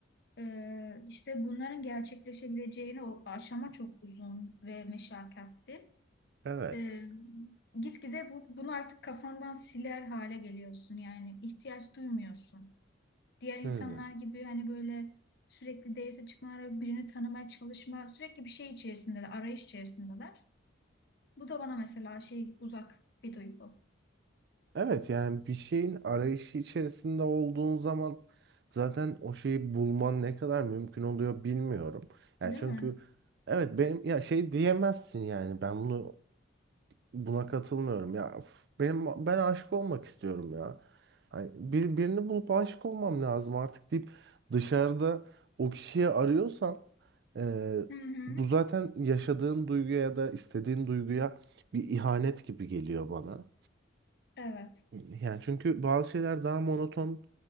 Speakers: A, on the left (about 55°); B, on the right (about 60°).
A: e, işte bunların gerçekleşebileceğini o aşama çok uzun ve meşakkatli.
B: Evet.
A: E, gitgide bu, bunu artık kafandan siler hale geliyorsun yani ihtiyaç duymuyorsun. Diğer insanlar
B: Hı.
A: gibi hani böyle sürekli date çıkmalar, birini tanımaya çalışma, sürekli bir şey içerisindeler, arayış içerisindeler. Bu da bana mesela şey uzak bir duygu,
B: Evet yani bir şeyin arayışı içerisinde olduğun zaman zaten o şeyi bulman ne kadar mümkün oluyor bilmiyorum. Yani
A: değil
B: çünkü
A: mi?
B: evet benim ya şey diyemezsin yani ben bunu buna katılmıyorum ya of, benim ben aşık olmak istiyorum ya. Ay, bir, birini bulup aşık olmam lazım artık deyip dışarıda o kişiyi arıyorsan e,
A: Hı hı.
B: bu zaten yaşadığın duyguya ya da istediğin duyguya bir ihanet gibi geliyor bana.
A: Evet,
B: Yani çünkü bazı şeyler daha monoton